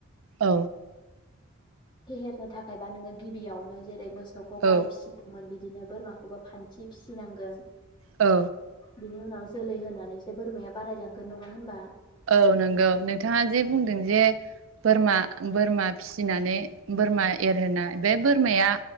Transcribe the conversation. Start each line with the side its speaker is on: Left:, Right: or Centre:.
Right: औ
Left: फेहेरनो थाखायबा नोङो गिबियावनो जेरै मो सौखौ
Right: औ
Left: गाय फिसिदोंमोन बिदि नो बोरमाखौबो फानथि फिसिनांगोन।
Right: औ
Left: बिनि उनाव जोलै होनानैसो बोरमाया बारायलांगोन नङा होनबा?
Right: औ नंगौ। नोंथाङा जे बुंदों जे बोरमा बोरमा फिनानै बोरमा एरहोनाय बे बोरमाया